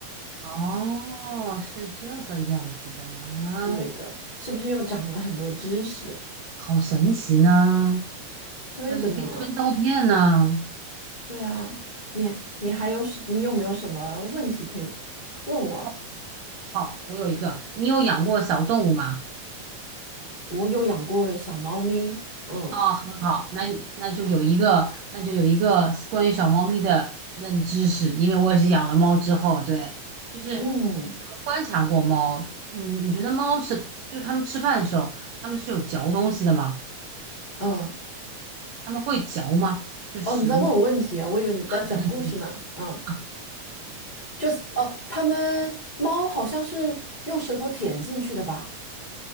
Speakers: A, on the right (about 80°); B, on the left (about 50°).
A: 哦，是这个样子的呢，
B: 对的，是不是又长了很多知识？
A: 好神奇呢，
B: 对的呢。
A: 它是可以吞刀片呢。
B: 对啊，你你还有什？你有没有什么问题可以问我？
A: 哦，好，我有一个，你有养过小动物吗？
B: 我有养过小猫咪，嗯
A: 哦，很好，那那就有一个，那就有一个关于小猫咪的冷知识，因为我也是养了猫之后，对，就是你有没有观察过猫？
B: 嗯
A: 嗯，你觉得猫是，就它们吃饭的时候，它们是有嚼东西的吗？
B: 嗯，
A: 它们会嚼吗？就食物
B: 哦，你在问我问题啊？我以为你在讲故事呢。
A: 啊，对对对对
B: 嗯，
A: 啊，
B: 就是哦，它们猫好像是用舌头舔进去的吧？